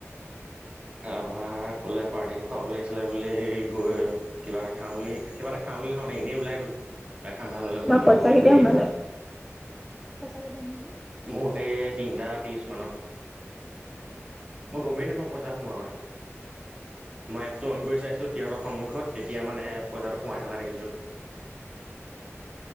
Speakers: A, on the right; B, in the centre.
A: তাৰপা ক'লে পাৰ্টিটো খুৱাব লাগিছিলে বুলি গৈ কিবা এটা খাওঁ বুলি কিবা এটা খাওঁ বুলি নহয় মানে এনেই ওলাই গ'লো। বাইকখন ভাল হ'লে সময়
B: তোমাৰ
A: লাগিব
B: পইচা
A: বোলে
B: কেতিয়া
A: বেটেৰীটো
B: সোমালে? পইচা কেতিয়া সোমালে?
A: মোৰ সেই তিনটা ত্ৰিশ মানত মই গমেই নাপাওঁ পইচা সোমোৱাৰ কথা মই এপটো অন কৰি চাইছোঁ সিহঁতৰ সন্মুখত তেতিয়া মানে পইচাটো সোমাই থকা দেখিছোঁ